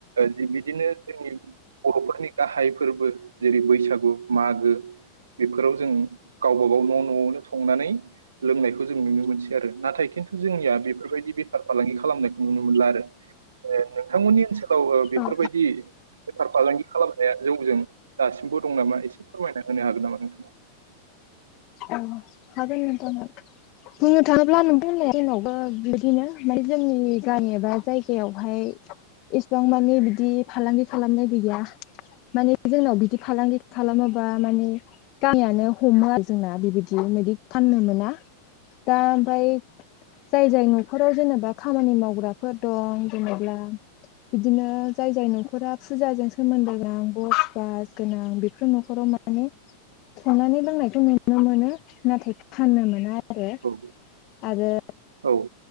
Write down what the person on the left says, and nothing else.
औ
औ हागोन नोंथां हागोन बुंनो थाङोब्ला नों बुंनाय बादिनो जोंनावबो बिदिनो ओमफ्राय जोंनि गामि एबा जायगायावहाय इसिबां मानि बिदि फालांगि खालामनाय गैया माने जोंनाव बिदि फालांगि खालामोबा माने गामियानो हमो आरो जोंना बिबायदि बिदि बायदि फाननो मोना दा ओमफाय जाय जाय न'खराव जेनेबा खामानि मावग्राफोर दं जेनेबा बिदिनो जाय जाय न'खरा फुजाजों सोमोनदो गोनां बस बास गोनां बेफोर न'खराव मा माने संनानै लोंनायखौ नुनो मोनो नाथाय फाननो मोना आरो आरो
आरो